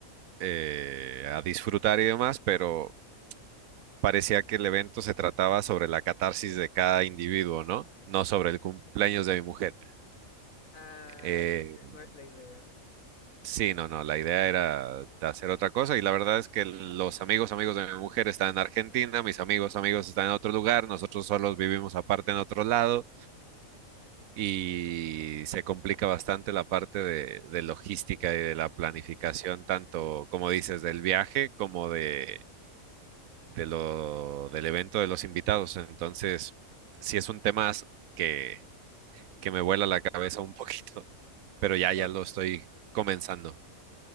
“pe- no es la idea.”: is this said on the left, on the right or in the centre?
Left